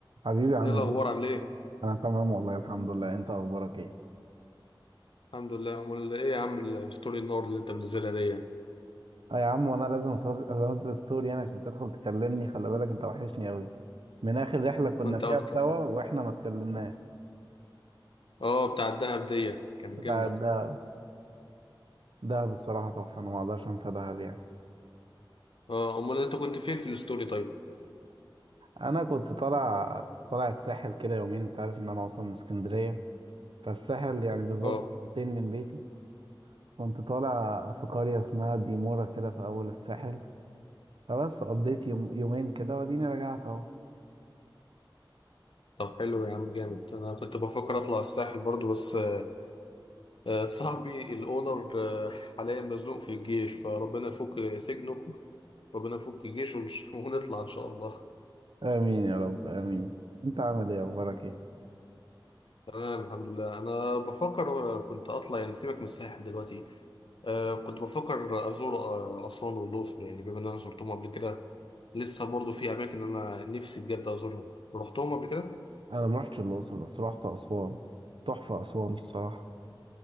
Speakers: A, on the right; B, on the left.
A: حبيبي عامل
B: ايه الاخبار
A: ايه؟
B: عامل ايه
A: انا تمام والله الحمد لله انت اخبارك ايه؟
B: الحمد لله امال ايه يا عم الستوري النور اللي انت منزلها دي
A: اه يا عم وانا لازم أصور- انزل ستوري يعني عشان تدخل تكلمني خلي بالك انت وحشني قوي من اخر رحلة كنا
B: وانت
A: فيها
B: اكتر
A: سوا واحنا ما اتكلمناش
B: اه بتاع الدهب دي كانت
A: بتاع
B: جامده
A: الدهب دهب الصراحة تحفة انا ما اقدرش انسى دهب يعني
B: اه امال انت كنت فين في الستوري طيب
A: انا كنت طالع طالع الساحل كده يومين انت عارف ان انا اصلا من اسكندرية فالساحل يعني بالظبط
B: اه
A: 200 من بيتي كنت طالع في قرية اسمها ديمورا كده في اول الساحل فبس قضيت يوم يومين كده واديني رجعت اهو
B: طب حلو يا عم جامد انا كنت بفكر اطلع الساحل برضو بس آه، آه، صاحبي الاونر آه، حاليا مزنوق في الجيش فربنا يفك سجنه <laughs> ربنا يفك جيشه ونش- <laughs> ونطلع ان شاء الله
A: امين يا رب امين انت عامل ايه اخبارك ايه
B: تمام الحمد لله انا بفكر آه، كنت اطلع يعني سيبك من الساحل دلوقتي أه كنت بفكر أزور آه، أسوان والأقصر يعني بما إن أنا زرتهم قبل كده لسه برضو في أماكن أنا نفسي بجد أزورهم رحتهم قبل كده؟
A: انا ما رحتش الاقصر بس رحت اسوان تحفه اسوان الصراحه